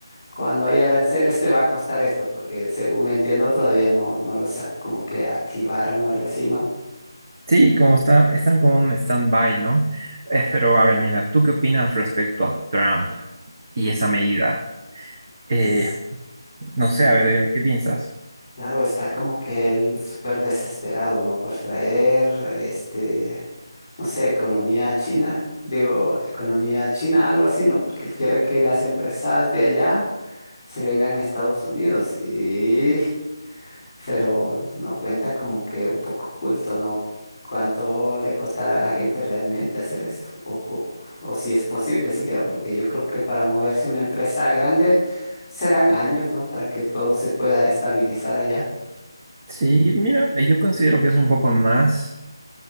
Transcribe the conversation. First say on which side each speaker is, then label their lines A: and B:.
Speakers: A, on the left; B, on the right.
A: cuando hay aranceles te va a costar esto, porque según entiendo todavía no, no los ha- como que activaron o algo así, ¿no?
B: Sí, como está, están como en un stand-by, ¿no? Eh, pero a ver, mira, ¿tú qué opinas respecto a Trump? y esa medida. Eh,
A: S-
B: no sé,
A: su-
B: a ver, dime, ¿qué piensas?
A: Claro, está como que él súper desesperado, ¿no? Por traer, este, no sé, economía a china, digo, economía a china, algo así, ¿no? Porque él quiere que las empresas de allá se vengan a Estados Unidos y pero no cuenta como que un poco oculto, ¿no? ¿Cuánto le costará a la gente realmente hacer esto? O, cu- o si es posible siquiera, porque yo creo que para moverse una empresa grande serán años, ¿no? Para que todo se pueda estabilizar allá.
B: Sí, mira, yo considero que es un poco más